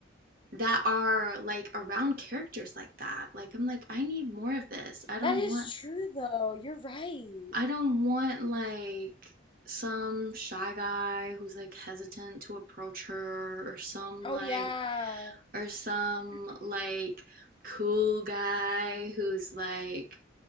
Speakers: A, on the right (about 45°); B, on the left (about 25°).
A: that are like around characters like that. Like I'm like I need more of this. I don't
B: That is
A: want
B: true though. You're right.
A: I don't want like some shy guy who's like hesitant to approach her or some
B: Oh
A: like
B: yeah.
A: or some
B: <clears throat>
A: like cool guy who's like